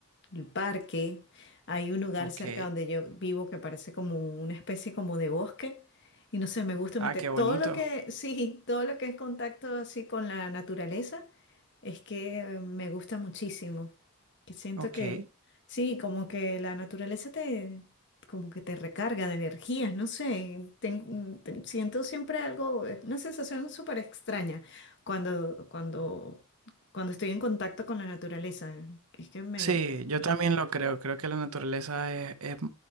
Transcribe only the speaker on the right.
Ok.
Ah, qué bonito.
Ok.
Sí, yo también lo creo. Creo que la naturaleza es, es